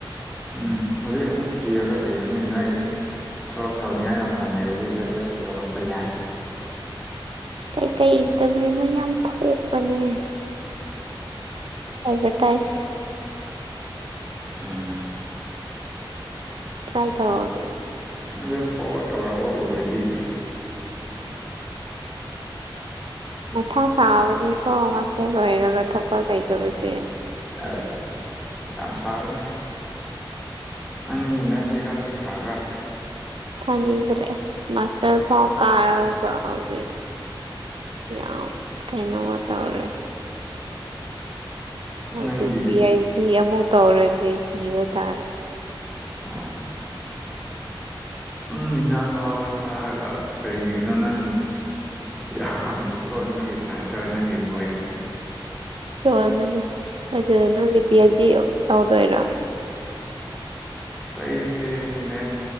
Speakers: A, in the centre; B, on the right.
A: ꯎꯝ ꯍꯧꯖꯤꯛ ꯑꯃꯨꯛ ꯊꯤꯔꯒ ꯂꯩꯕꯅꯦ ꯅꯣꯏ ꯊꯕꯛ ꯇꯧꯅꯤꯡꯉꯥꯏ ꯃꯐꯝ ꯂꯩꯔꯗꯤ ꯁꯖꯦꯁ ꯇꯧꯔꯛꯄ ꯌꯥꯏ
B: ꯀꯩꯀꯩ ꯏꯟꯇꯔꯚꯤꯌꯨꯅꯣ ꯌꯥꯝ ꯊꯣꯛꯄꯅꯦ ꯑꯦꯗꯚꯔꯇꯥꯏꯖ
A: ꯎꯝ
B: ꯇ꯭ꯔꯥꯏ ꯇꯧꯑꯣ
A: ꯑꯗꯨꯝ ꯐꯣꯔꯋꯥꯗ ꯇꯧꯔꯛꯑꯣ ꯎꯔꯗꯤ
B: ꯃꯊꯥ ꯁꯥꯕꯅꯤꯀꯣ ꯃꯥꯁꯇꯔ ꯂꯣꯏꯔꯒ ꯊꯕꯛ ꯂꯩꯇꯕꯁꯦ
A: ꯑꯁ ꯌꯥꯝ ꯁꯥꯕꯅꯦ ꯅꯪ ꯅꯦꯠ ꯑꯦꯛꯖꯥꯝꯗꯤ ꯊꯥꯕꯔ
B: ꯊꯥꯅꯤꯡꯗ꯭ꯔꯦ ꯑꯁ ꯃꯥꯁꯇꯔ ꯐꯥꯎꯕ ꯀꯥꯔꯒ ꯑꯗꯩ ꯌꯥꯝ ꯀꯩꯅꯣꯃ ꯇꯧꯔꯦ ꯑꯗꯨ
A: ꯅꯪꯒꯤ
B: ꯄꯤ ꯑꯩꯁ ꯗꯤ ꯑꯃꯨꯛ ꯇꯧꯔꯗꯤ ꯁꯤꯕ ꯇꯥꯔꯦ
A: ꯑ ꯅꯪ ꯏꯟꯖꯥꯡ ꯍꯥꯎꯕ ꯆꯥꯔꯒ ꯀꯔꯤꯒꯤꯅꯣ ꯅꯪ ꯌꯥꯝꯅ ꯁꯣꯟꯕꯒꯤ ꯇꯥꯏꯞꯇ ꯅꯪ ꯕꯣꯏꯁ ꯁꯦ
B: ꯁꯣꯜꯕꯅꯦ ꯑꯗꯨ ꯅꯪꯗꯤ ꯄꯤ ꯑꯩꯆ ꯗꯤ ꯇꯧꯗꯣꯏꯔꯣ
A: ꯑꯁꯤ ꯑꯩꯁꯦ ꯅꯦꯠ